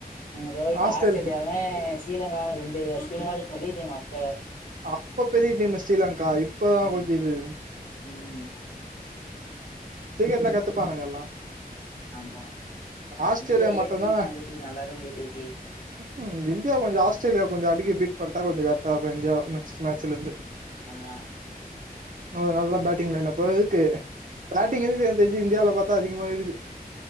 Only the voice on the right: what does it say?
ஆஸ்திரேலியா
அப்ப பெரிய டீம் ஸ்ரீலங்கா இப்ப தா
கொஞ்சோ இது
சீக்கிரத்துல கத்துப்பானுங்க எல்லா
ஆஸ்திரேலியா
மட்டுந்தா
ம் இந்தியா கொஞ்சோ ஆஸ்திரேலியா கொஞ்சோ அடிக்க பீட் பண்ணிட்டா கொஞ்சோ கரட்டா இருக்கு இந்தியா நெக்ஸ்ட் மேட்ச்லருந்து
<unintelligible> நல்லா பேட்டிங்ல இன்னபேக்கு பேட்டிங் எதுக்கு எனக்கு தெரிஞ்சி இந்தியாவுல பாத்தா அதிகமா இருக்குது